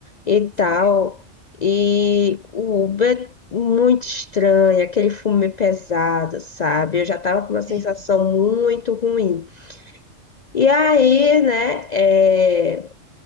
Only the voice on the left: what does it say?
e
tal.
E o Uber muito estranho, aquele fumê pesado, sabe? Eu já tava com uma sensação
muito ruim. E aí, né, é,